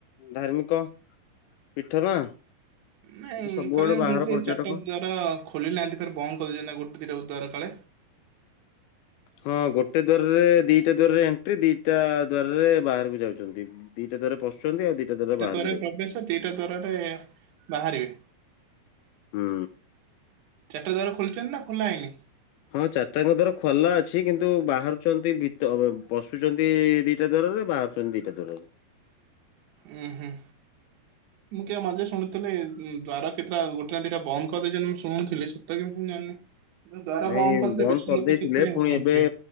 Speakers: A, on the left; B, on the right.
A: ଧାର୍ମିକ ପୀଠ ନା
B: ନାଇଁ
A: ସେଠି ସବୁଆଡେ
B: କାଳେ
A: ବାହାର
B: ମୁଁ ସେଇ
A: ପର୍ଯ୍ୟଟକ
B: ଚାରିଟା ଦ୍ଵାର ଖୋଲିଲିନାହାନ୍ତି ଫେରେ ବନ୍ଦ କରିଦଇଛନ୍ତି ଗୋଟେ ଦିଟା ଦ୍ୱାର କାଳେ।
A: ହଁ ଗୋଟେ ଦ୍ୱାରରେ ଦିଟା ଦ୍ୱାରରେ ଏଣ୍ଟ୍ରି ଦିଟା ଦ୍ୱାରରେ ବାହାରକୁ ଯାଉଛନ୍ତି। ଦିଟା ଦ୍ୱାରରେ ପଶୁଛନ୍ତି ଆଉ ଦିଟା ଦ୍ୱାରରେ ବାହାରକୁ
B: ଦ୍ଵାରରେ
A: ଯାଉଛନ୍ତି।
B: ପ୍ରବେଶ ଦିଟା ଦ୍ଵାରରେ ବାହାରିବେ
A: ହୁଁ।
B: ଚାରିଟା ଦ୍ୱାର ଖୋଲିଛନ୍ତି ନା ଖୋଲା ହେଇନି?
A: ହଁ ଚାରିଟାଙ୍କ ଦ୍ୱାର ଖୋଲା ଅଛି। କିନ୍ତୁ ବାହାରୁଛନ୍ତି ଭିତ ପଶୁଛନ୍ତି ଦିଟା ଦ୍ୱାରରେ ବାହାରୁ ଚନ୍ତି ଦିଟା ଦ୍ବାରରେ।
B: ଉଁମ୍ ହୁଁ।
A: ହଁ। <unintelligible> <inaudible>
B: ମୁଁ କେବେ ମଝିରେ ଶୁଣୁଥିଲି ଦ୍ବାର କେତେଟା ଗୋଟେ ନା ଦିଟା ବନ୍ଦ କରିଦେଇଛନ୍ତି, ମୁଁ ଶୁଣୁଥିଲି। ସତ କି ମିଛ ଜାଣିନି। ଯଦି ଦ୍ୱାର
A: ନାଇଁ
B: ବନ୍ଦ କରିଦେବେ ବେଶୀ
A: କରିଦେଇଥିଲେ
B: ଲୋକ ସେଥିପାଇଁ
A: ପୁଣି
B: ହଉନଥିବେ।
A: ଏବେ